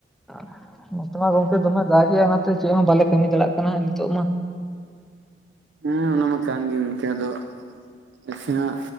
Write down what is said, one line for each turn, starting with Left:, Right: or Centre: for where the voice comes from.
Centre: <inaudible> ᱱᱚᱛᱮ ᱢᱟ ᱜᱚᱝᱠᱮ ᱫᱚᱢᱮ ᱫᱟᱜ ᱮᱫᱟᱭ ᱚᱱᱟᱛᱮ ᱪᱮᱫ ᱦᱚᱸ ᱵᱟᱞᱮ ᱠᱟᱹᱢᱤ ᱫᱟᱲᱮᱭᱟᱜ ᱱᱤᱛᱚᱜ ᱢᱟ᱾
Right: ᱦᱮᱸ ᱚᱱᱟ ᱢᱟ ᱠᱟᱱ ᱜᱮ ᱮᱱᱠᱟ ᱫᱚ <inaudible> ᱱᱟᱥᱮ ᱱᱟᱜ